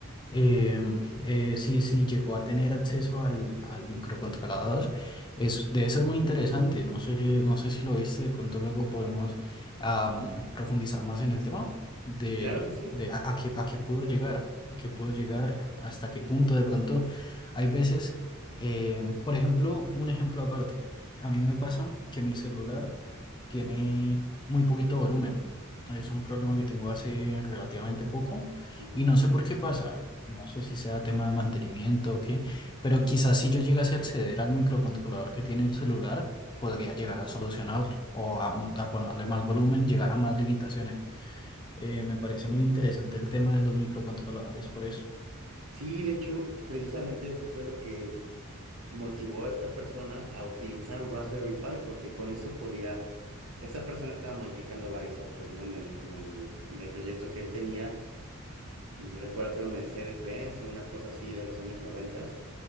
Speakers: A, on the left (about 20°); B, on the right (about 80°).
A: em, eh, si, si llegó a tener acceso al, al microcontrolador, es, de eso es muy interesante. No sé, no sé si lo viste, de pronto luego podemos am, profundizar más en el tema. de
B: Claro que sí.
A: de a, a qué, a qué puedo llegar, a qué puedo llegar, hasta qué punto de pronto. Hay veces, eh, por ejemplo, un ejemplo aparte. A mí me pasa que mi celular tiene muy poquito volumen. Es un problema que tengo hace relativamente poco
B: Ujú.
A: y no sé por qué pasa. No sé si sea tema de mantenimiento o qué, pero quizás si yo llegase a acceder al microcontrolador que tiene el celular, podría llegar a solucionarlo o a, mo- a ponerle más volumen, llegar a más limitaciones. Eh, me parece muy interesante el tema de los microcontroladores, por eso.
B: Sí, de hecho, precisamente eso fue lo que motivó a esta persona a utilizar un Raspberry Pi, porque con eso podía, esta persona estaba modificando varios autos, ¿no? En el, en el, en el proyecto que él tenía, mm, recuerdo que era un Mercedes-Benz o una cosa así de los años 90